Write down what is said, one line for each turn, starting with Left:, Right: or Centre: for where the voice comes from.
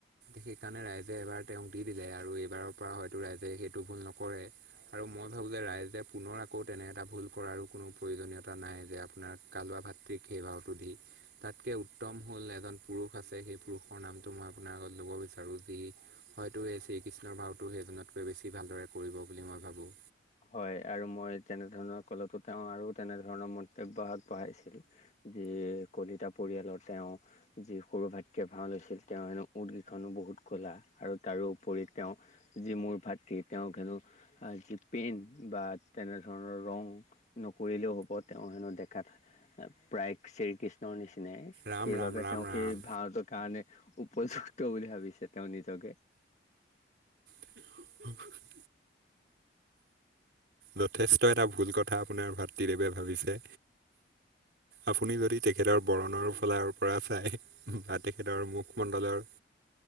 Right: সেইকাৰণে ৰাইজে এবাৰ তেওঁক দি দিলে আৰু এইবাৰৰ পৰা হয়তো ৰাইজে সেইটো ভুল নকৰে। আৰু মই ভাবোঁ যে ৰাইজে পুনৰ আকৌ তেনে এটা ভুল কৰাৰো কোনো প্ৰয়োজনীয়তা নাই যে আপোনাৰ কালুৱা ভাতৃক সেই ভাওটো দি তাতকে উত্তম হ'ল এজন পুৰুষ আছে সেই পুৰুষৰ নামটো মই আপোনাৰ আগত ল'ব বিচাৰোঁ। যি হয়তো এই শ্ৰীকৃষ্ণৰ ভাওটো সেইজনতকৈ বেছি ভালদৰে কৰিব বুলি মই ভাবোঁ।
Left: হয় আৰু মই তেনেধৰণৰ কলতো তেওঁ আৰু তেনেধৰণৰ মন্তব্য আগবঢ়াইছিল। যি কলিতা পৰিয়ালৰ তেওঁ যি সৰু ভাতৃয়ে ভাও লৈছিল তেওঁ হেনো উঠ কেইখনো বহুত ক'লা আৰু তাৰোপৰি তেওঁ যি মোৰ ভাতৃ তেওঁক হেনো অ যি পেন্ট বা তেনেধৰণৰ ৰং নকৰিলেও হ'ব তেওঁ হেনো দেখাত প্ৰায় শ্ৰীকৃষ্ণৰ নিচিনাই।
Right: ৰাম
Left: সেইবাবে
Right: ৰাম ৰাম
Left: তেওঁ
Right: ৰাম
Left: সেই ভাওতৰ কাৰণে উপযুক্ত বুলি ভাবিছে তেওঁ নিজকে।
Right: <inaudible> যথেষ্ট এটা ভুল কথা আপোনাৰ ভাতৃদেৱে ভাবিছে। আপুনি যদি তেখেতৰ বৰণৰ ফলাৰ পৰা চায় বা তেখেতৰ মুখমণ্ডলৰ